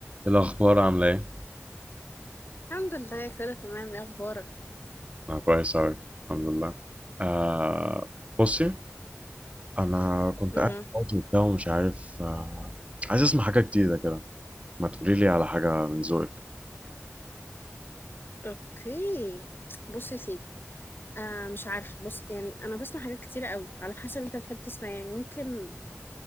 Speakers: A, on the right; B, on the left.
A: الأخبار عاملة إيه؟
B: الحمد لله كله تمام ايه اخبارك
A: أنا كويس أوي الحمد لله آه بصي أنا كنت
B: امم
A: قاعد فاضي وبتاع ومش عارف آه عايز أسمع حاجة جديدة كده ما تقولي لي على حاجة من ذوقك
B: اوكي بص يا سيدي آه مش عارفه بص يعني انا بسمع حاجات كتيره قوي على حسب انت بتحب تسمع إيه. يعني ممكن